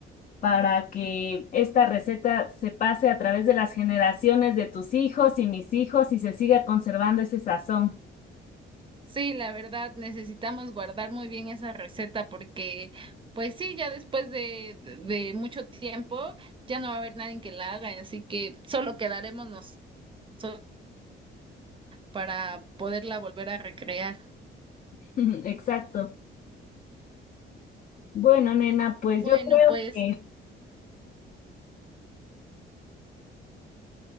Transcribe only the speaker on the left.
para que esta receta se pase a través de las generaciones de tus hijos y mis hijos y se siga conservando ese sazón.
<laughs> Exacto. Bueno, nena, pues
yo creo
que